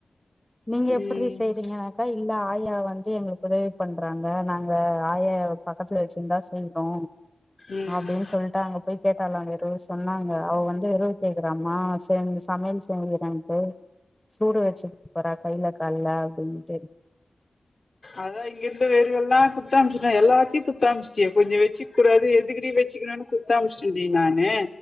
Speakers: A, in the centre; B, on the left.
A: நீங்க
B: ம்
A: எப்பிட்ரி செய்றீங்க அக்கா இல்ல ஆயா வந்து எங்ளுக்கு உதவி பண்றாங்க நாங்க ஆயா பக்கத்துல வெச்சிருந்தா செய்றோ
B: ம்
A: அப்டின்னு சொல்ட்டு அங்க போய் கேட்டாலா வெருவு சொன்னாங்க அவ வந்து வெருவு கேக்றாம செஞ் சமையல் செஞ்சுறன்ட்டு சூடு வெச்சுக்க போறா கைல கால்ல அப்டின்ட்டு
B: அதா இங்க இருந்த வெறுவெல்லா குட்த்தமிச்ட்டே எல்லாத்யு குட்த்தமிச்ட்டியே கொஞ்சோ வெச்சுக் கூடாது எதுக்குடி வெச்சுக்ணுனு குட்த்தமிச்ட்டேடி நானு